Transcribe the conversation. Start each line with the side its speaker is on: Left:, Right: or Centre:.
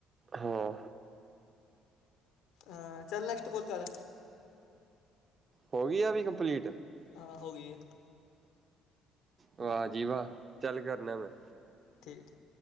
Right: ਹਾਂ
Left: ਅ ਚੱਲ ਨੈਕਸਟ ਕੋਲ ਕਰ।
Right: ਹੋ ਗਈ ਆ ਵੀ ਕੰਪਲੀਟ।
Left: ਹਾਂ ਹੋ ਗਈ ਹੈ।
Right: ਵਾਹ ਜੀ, ਵਾਹ ਚੱਲ ਕਰਨਾ ਮੈਂ।
Left: ਠੀਕ ਏ।